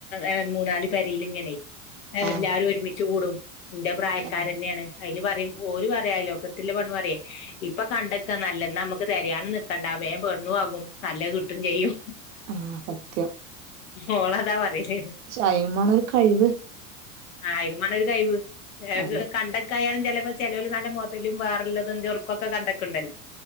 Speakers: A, on the left (about 70°); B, on the right (about 55°).
A: ഏഹ് മൂന്നാല് പരേൽ ങ്ങനെയ്
B: ആഹ്
A: എല്ലാരും ഒരുമിച്ച് കൂടും ഇന്റെ പ്രായക്കാരന്നെണ്
B: ആഹ്
A: അയില് പറിം ഓൽ പറിം അയലോക്കത്ത്ള്ള പെണ്ണ് പറിയെയ് ഇപ്പൊ കണ്ടക്ക നല്ലെ ന്നാ നമ്മുക്ക് തെരയാനും നിക്കണ്ട വേം പെണ്ണു ആകും നല്ലത് കിട്ടും ചെയ്യും
B: ആഹ് സത്യം
A: ഒള്ളതാ പറയല്
B: പക്ഷേ അയിനും മാണം ഒരു കഴിവ്
A: ആഹ് അയിനുമാണോരു കഴിവ് ഏഹ്
B: അതെ
A: കണ്ടക്ക അങ്ങനെകയാലും ചിലപ്പോ ചേലോൽ നല്ല മുതലും വേറള്ളതും ചോറ്ക്കൊക്കെക്കണ്ടക്ക്ണ്ടല്ലോ